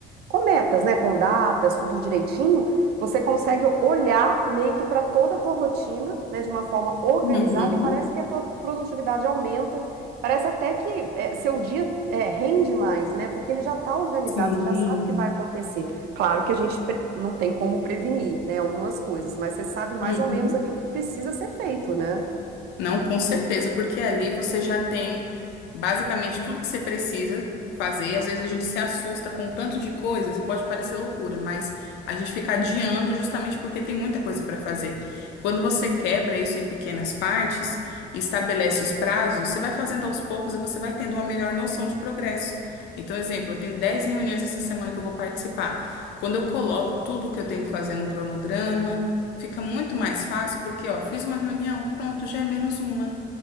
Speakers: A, on the right; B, on the left.
A: com metas, né, com datas, tudo direitinho, você consegue olhar meio que para toda a tua rotina, né, de uma forma organizada
B: Uhum,
A: e parece que a tua produtividade aumenta. Parece até que é, seu dia é, rende mais, né? Porque ele já está organizado,
B: sim.
A: você já sabe o que vai acontecer. Claro que a gente pre- não tem como prevenir, né, algumas coisas, mas você sabe mais
B: Uhum.
A: ou menos ali o que precisa ser feito, né?
B: Não, com certeza, porque ali você já tem basicamente tudo que você precisa fazer. E às vezes a gente se assusta com o tanto de coisas e pode parecer loucura, mas a gente fica adiando justamente porque tem muita coisa para fazer. Quando você quebra isso em pequenas partes e estabelece os prazos, você vai fazendo aos poucos e você vai tendo uma melhor noção de progresso. Então, exemplo, eu tenho 10 reuniões essa semana que eu vou participar. Quando eu coloco tudo o que eu tenho que fazer num cronograma, Fica muito mais fácil porque, ó, fiz uma reunião, pronto, já é menos uma.